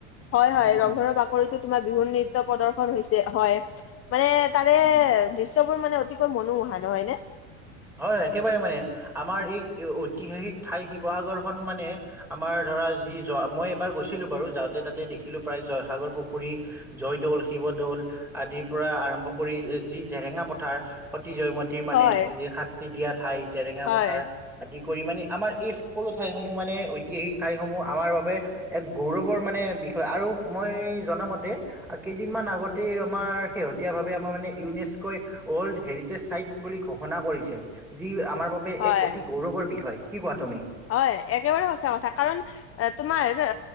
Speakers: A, on the left (about 35°); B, in the centre.
A: হয়
B: উম
A: হয়
B: উম
A: ৰংঘৰৰ বা- কৰিতো তোমাৰ বিহু নৃত্যৰ প্ৰদৰ্শন হৈছে হয় মানে তাৰে
B: উম উম
A: দৃশ্যবোৰ মানে অতিকৈ মনোমোহা নহয় নে?
B: হয় হয় একেবাৰে মানে আমাৰ এই ঐতিহাসিক ঠাই শিৱসাগৰখন মানে আমাৰ ধৰা যি মই এবাৰ গৈছিলো বাৰু যাওঁতে তাতে দেখিলো প্ৰায় জয়সাগৰ পুখুৰী জয়দৌল শিৱদৌল আদিৰ পৰা আৰম্ভ কৰি যি জেৰেঙা পথাৰ সতী জয়ম তী মানে
A: হয়
B: এই শাস্তি দিয়া ঠাই জেৰেঙা
A: হয়
B: পথাৰ আদি কৰি মানে আমাৰ এই সকলো ঠাইসমূহ মানে ঐতিহাসিক ঠাইসমূহ আমাৰ বাবে এক গৌৰৱৰ মানে বিষয় আৰু মই জনামতে আৰু কেইদিনমান আগতেই আমাৰ শেহতীয়া ভাৱে আমাৰ মানে ইউনেস্কই ৱল্ড হেৰিটেজ চাইট বুলি ঘোষণা কৰিছে। যি আমাৰ বাবে
A: হয়।
B: এক অতি গৌৰৱৰ বিষয় কি কোৱা তুমি?
A: হয় একেবাৰে সঁচা কথা কাৰণ এ তোমাৰ এ